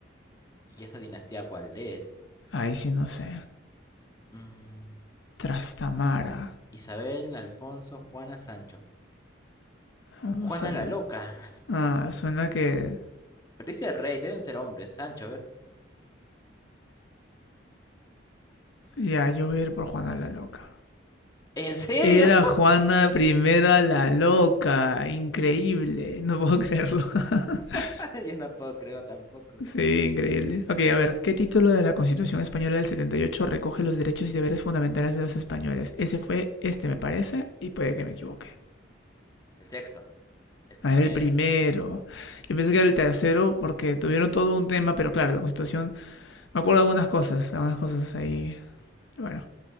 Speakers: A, on the left; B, on the left.
A: ¿Y esa dinastía cuál es?
B: Ahí sí no sé.
A: Mm,
B: Trastamara.
A: Isabel, Alfonso, Juana, Sancho.
B: Vamos
A: Juana
B: a...
A: la loca.
B: Ah, suena que...
A: Pero dice rey, deben ser hombres. Sancho, a ver.
B: Ya, yo voy a ir por Juana la Loca.
A: ¿En serio?
B: Era Juana Primera la Loca. Increíble. No puedo creerlo. <laughs>
A: <laughs> Yo no puedo creerlo tampoco.
B: sí, increíble. Ok, a ver. ¿Qué título de la Constitución Española del 78 recoge los derechos y deberes fundamentales de los españoles? Ese fue este, me parece, y puede que me equivoque.
A: El sexto. El primero.
B: Ah, era el primero. Yo pensé que era el tercero porque tuvieron todo un tema, pero claro, la constitución. Me acuerdo de algunas cosas, algunas cosas ahí.
A: Mm.
B: Bueno,